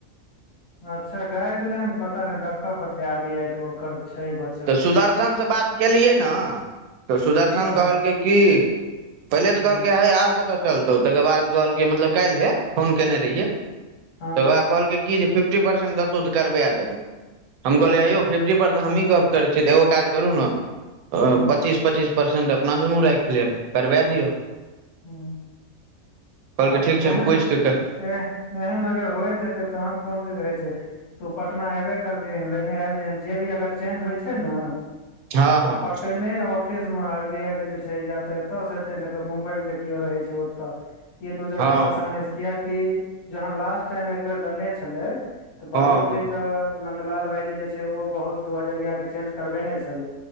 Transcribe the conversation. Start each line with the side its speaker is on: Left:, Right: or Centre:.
Left: अच्छा गाइडलाइन पता नहि दखअ पड़तै आर बी आई केँ ओकर छै ब
Right: तऽ सुदर्शन सऽ बात केलियै न तऽ सुदर्शन
Left: की कहलक
Right: कहलकै की पहिले तऽ
Left: हूँ
Right: कहलकै है आब कतऽ चल तो तकर बाद कहलकै मतलब काइले फोन केने रहियै
Left: हँ
Right: <inaudible> तकर बाद कहलकै कि ज फिफ्टी परसेंट देतौ तऽ करबा देबौ हम कहलिय हेयो फिफटी पर तऽ हमही गप गप करै छिय तऽ एगो काज करू न
Left: हूँ
Right: पच्चीस पच्चीस परसेंट अपना दुनू राइख लेब करबा दिअ
Left: हू <inaudible>
Right: कहलकै
Left: आब
Right: ठीक छै
Left: एहन
Right: हम पूछि कऽ
Left: एह एहन अगर होइत हेतै तहन कोन कऽ कहै छै तू पटना ऐबे करबिहीन लेने आबि जेहिये जे भी अगर चेंज होइ छै न
Right: हँ
Left: तऽ
Right: हँ
Left: पटने ऑफिस म आर बी आई केँ जे छै या तऽ एतऽ से हेते नहि तऽ मुम्बई में जे किओ रहे छै ओतऽ ई दू जगह
Right: हँ
Left: स आसानी स किया कि जहन लास्ट टाइम एक बेेर देने छलै तऽ वरुण
Right: हँ
Left: जी
Right: हँ
Left: के नन्दलाल भायजी जे छै ओ बहुत दू हजरिया के चेंज करबेने छलै